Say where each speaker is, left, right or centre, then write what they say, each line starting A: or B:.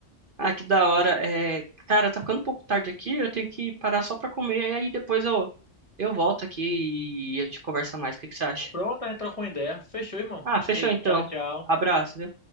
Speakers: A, on the right; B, on the left.
A: Ah, que da hora. É, cara, tá ficando um pouco tarde aqui, eu tenho que parar só pra comer, aí depois eu, eu volto aqui e a gente conversa mais. O que que você acha?
B: Pronto, a gente troca uma ideia. Fechou, irmão.
A: Ah, fechou
B: Ei,
A: então.
B: tchau, tchau.
A: Abraço, viu?